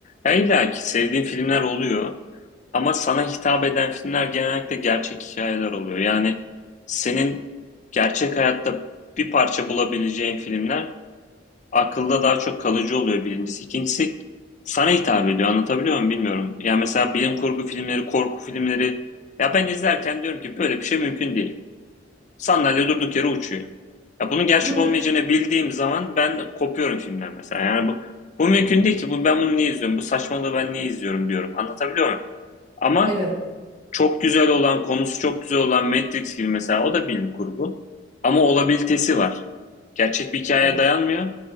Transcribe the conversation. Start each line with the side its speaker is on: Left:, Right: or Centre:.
Left: Ya illa ki sevdiğin filmler oluyor ama sana hitap eden filmler genellikle gerçek hikayeler oluyor. Yani senin gerçek hayatta bir parça bulabileceğin filmler akılda daha çok kalıcı oluyor birincisi. İkincisi sana hitap ediyor. Anlatabiliyor muyum bilmiyorum. Yani mesela bilim kurgu filmleri, korku filmleri ya ben izlerken diyorum ki böyle bir şey mümkün değil. Sandalye durduk yere uçuyor. Ya bunun gerçek
Right: Hı hı.
Left: olmayacağını bildiğim zaman ben kopuyorum filmden mesela. Yani bu, bu mümkün değil ki. Bu, ben bunu niye izliyorum? Bu saçmalığı ben niye izliyorum diyorum. Anlatabiliyor muyum? Ama
Right: Evet.
Left: çok güzel olan, konusu çok güzel olan Matrix gibi mesela o da bilim kurgu. Ama olabilitesi var. Gerçek bir hikayeye
Right: Evet
Left: dayanmıyor.